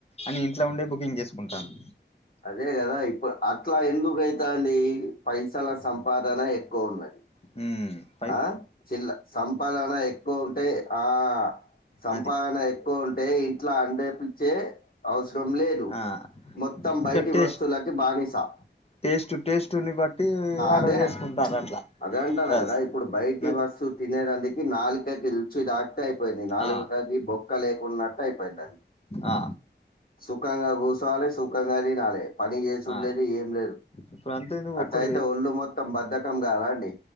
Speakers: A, on the left (about 35°); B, on the left (about 55°).
A: అని ఇంట్లో ఉండే బుకింగ్ చేసుకుంటాలు
B: అదే కదా ఇప్పుడు అట్లా ఎందుకేతంది పైసల సంపాదన ఎక్కువ ఉన్నది
A: ఉ
B: ఆ చిల్ల సంపాదన ఎక్కువ ఉంటే ఆ సంపాదన
A: అది
B: ఎక్కువ ఉంటే ఇంట్లో అండేపించే అవసరం లేదు
A: ఆ
B: మొత్తం
A: ఇంకా
B: బయటి
A: టేస్ట్
B: వస్తువులకి బానిసా
A: టేస్ట్ టేస్ట్ని బట్టి ఆర్డర్
B: అదే
A: చేసుకుంటాలు అట్లా
B: అదే అంటాను
A: బస్
B: కదా ఇప్పుడు బయటి
A: మరి
B: వస్తు తినేదానికి నాలుకకి రుచి రాక అట్టే అయిపోయింది నాలుకకి
A: ఆ
B: బొక్క లేకున్నట్టే అయిపోయింది అది
A: ఆ
B: సుఖంగా కూసోవాలే సుఖంగా తినాలే పని చేసిలేదు
A: ఆ
B: ఏం లేదు
A: ఇప్పుడు అంతే నువ్వు
B: అట్లయితే
A: ఒక్క
B: ఒళ్ళు మొత్తం బద్దకం కదా అండి